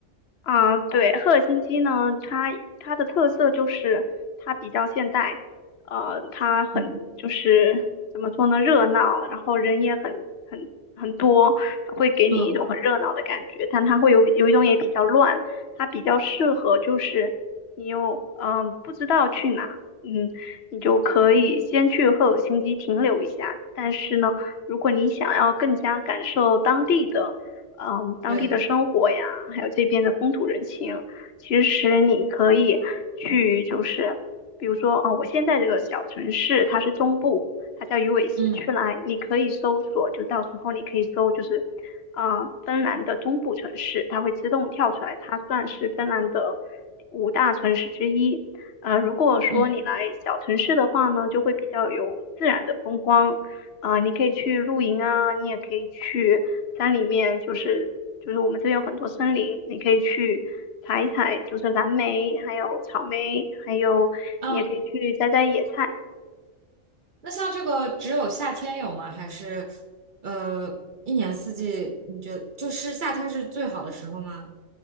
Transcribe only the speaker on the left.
啊，对，赫尔辛基呢，它它的特色就是它比较现代，呃，它很就是怎么说呢，
热闹，然后人也很很很多，它会给你一种很热闹的感觉，
但它会有有一种也比较乱，它比较适合就是你又嗯、呃不知道去哪，嗯，你就可以先去赫尔辛基停留一下，但是呢，如果你想要更加感受当地的。嗯，当地的生活呀，
还有这边的风土人情，其实你可以去，就是比如说，哦，我现在这个小城市它是中部，它叫鱼尾狮区来，
你可以搜索，就到时候你可以搜，就是啊、呃芬兰的中部城市，它会自动跳出来，它算是芬兰的五大城市之一。呃，如果说你来小城市的话呢，
就会比较有自然的风光。啊、你可以去露营啊，你也可以去山里面，就是就是我们这边有很多森林，你可以去采一采，就是蓝莓，还有草莓，还有你也可以去摘摘野菜。